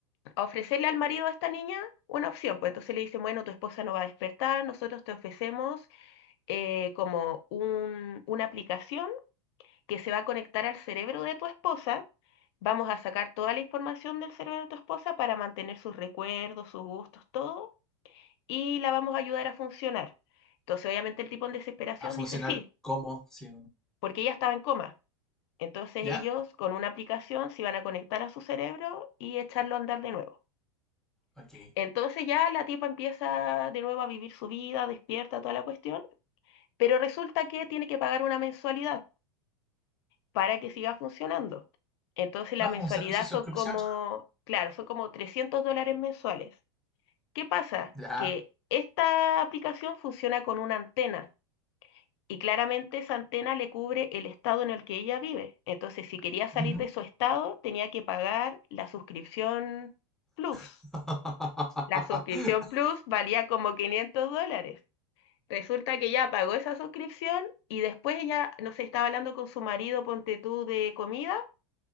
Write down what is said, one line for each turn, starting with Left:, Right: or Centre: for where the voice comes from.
Left: a ofrecerle al marido de esta niña una opción. Pues entonces le dicen, bueno, tu esposa no va a despertar, nosotros te ofrecemos eh, como un- una aplicación que se va a conectar al cerebro de tu esposa. Vamos a sacar toda la información del cerebro de tu esposa para mantener sus recuerdos, sus gustos, todo, y la vamos a ayudar a funcionar. Entonces, obviamente, el tipo en desesperación
Centre: A funcionar
Left: dice sí,
Centre: como, si
Left: porque ella estaba en coma. Entonces
Centre: Ya,
Left: ellos con una aplicación se iban a conectar a su cerebro y echarlo a andar de nuevo.
Centre: ok.
Left: Entonces ya la tipa empieza de nuevo a vivir su vida, despierta toda la cuestión, pero resulta que tiene que pagar una mensualidad para que siga funcionando. Entonces la
Centre: Ah,
Left: mensualidad
Centre: un servicio de
Left: son
Centre: suscripción.
Left: como,
Centre: <laughs>
Left: claro, son como 300 dólares mensuales. ¿Qué pasa?
Centre: Ya.
Left: Que esta aplicación funciona con una antena y claramente esa antena le cubre el estado en el que ella vive. Entonces si quería salir
Centre: ujú.
Left: de su estado tenía que pagar la suscripción Plus.
Centre: <laughs>
Left: La suscripción Plus valía como 500 dólares. Resulta que ya pagó esa suscripción y después ella, no sé, estaba hablando con su marido, ponte tú, de comida